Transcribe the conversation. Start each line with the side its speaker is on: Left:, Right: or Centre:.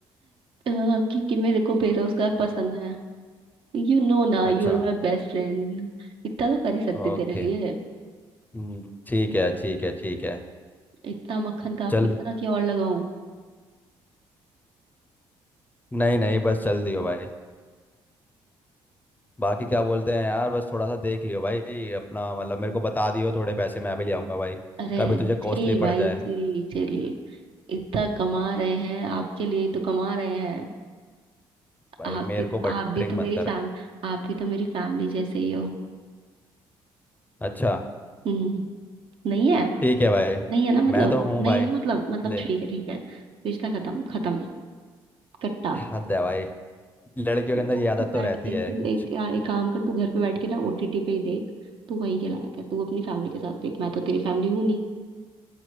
Right: अ, क्योंकि मेरे को बेरोजगार पसंद है यू नो ना you
Left: अच्छा
Right: are my best friend इतना तो कर ही सकती
Left: ओके
Right: तेरे लिए
Left: हम्म, ठीक है ठीक है ठीक है
Right: इतना मक्खन काफी
Left: चल
Right: है ना कि और लगाऊं
Left: नहीं नहीं बस चल दियो भाई बाकी क्या बोलते हैं यार बस थोड़ा सा देख लियो भाई अपना मतलब मेरे को बता दियो थोड़े पैसे मैं भी ले आऊंगा भाई
Right: अरे
Left: कभी तुझे कॉस्टली
Right: चिल भाई
Left: पड़ जाए
Right: चिल चिल इतना कमा रहे हैं आपके लिए ही तो कमा रहे हैं
Left: भाई
Right: आप
Left: मेरे
Right: भी
Left: को बटरिंग
Right: आप भी तो मेरी
Left: मत कर
Right: फैम आप भी तो मेरी फैमिली जैसे ही हो
Left: अच्छा
Right: हम्म नहीं है
Left: ठीक है भाई
Right: नहीं है ना मतलब
Left: मैं तो हूँ
Right: नहीं
Left: भाई
Right: है ना मतलब मतलब
Left: ले
Right: ठीक है ठीक है रिश्ता खत्म खत्म कट्टा
Left: हद है भाई लड़कियों के अंदर
Right: तो
Left: ये आदत
Right: तू बैठ
Left: तो रहती
Right: के
Left: है
Right: तू
Left: कुछ-
Right: एक एक काम कर तू घर पे बैठ के ना ओटीटी पे ही देख तू वहीं के लायक है तू अपनी फैमिली के साथ देख मैं तो तेरी फैमिली हूं